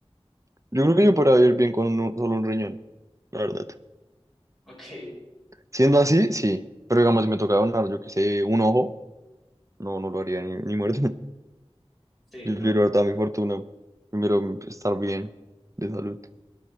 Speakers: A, on the right; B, in the centre.
A: Yo creo que yo podría vivir bien con un- solo un riñón, la verdad.
B: Ok,
A: Siendo así, sí. Pero digamos, si me toca donar, yo que sé, un ojo, no, no lo haría ni, ni muerto. <laughs>
B: sí,
A: Prefiero
B: no.
A: dar toda mi fortuna. Primero estar bien de salud.